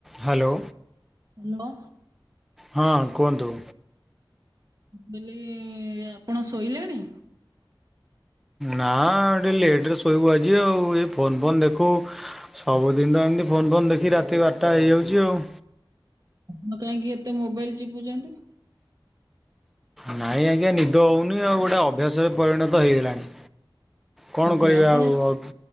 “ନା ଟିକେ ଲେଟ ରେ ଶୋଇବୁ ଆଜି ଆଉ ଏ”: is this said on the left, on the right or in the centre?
Centre